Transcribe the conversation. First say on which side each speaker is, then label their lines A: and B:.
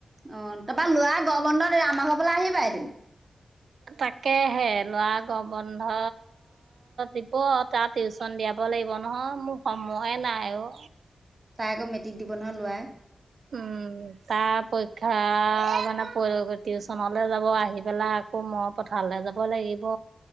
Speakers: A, on the right; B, on the right.
A: অ তাৰ পৰা লৰা গঅম বন্ধ দিলে আমাৰ ঘৰলে আহিবা এদিন।
B: তাকেহে। লৰা গৰম বন্ধ দিব তাৰ টিউচন দিয়া লাগিব নহয়, মোৰ সময়ে নাই অ।
A: তাই আকৌ মেট্ৰিক দিব নহয় লআই।
B: উম তাৰ পৰীক্ষা মানে টিউচনলে যাব আহি পেলাক আকৌ মই পথাৰলৈ যাব লাগিব।